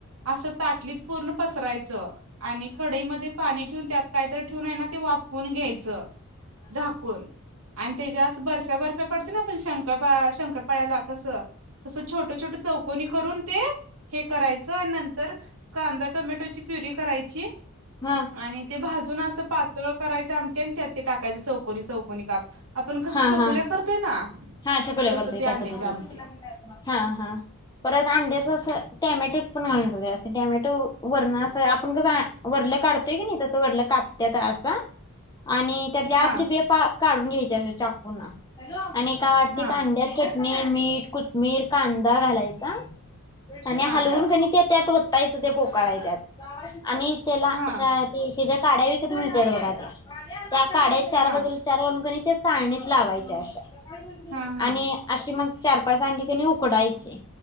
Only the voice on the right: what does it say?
असं ताटलीत पूर्ण पसरायचं आणि कढईमध्ये पाणी ठेवून त्यात काहीतरी ठेवून आहे ना ते वापून घ्यायचं झाकून आणि तेच्या बर्फ्या बर्फ्या पडते ना पण शं शंकरपाळ्याला कसं तसं छोट छोट चौकनी करून ते हे करायचं आणि नंतर कांदा टोमॅटोची प्युरी करायची
आणि ते भाजून असं पातळ करायचं आमट्या आणि त्यात ते टाकायचं चौकोनी चौकोनी काप आपण कसं
चकुल्या
करतोय ना
तसं
ते
अंड्याची
आमटी
<inaudible>
हा
हा
हा
हा
हा
हा हा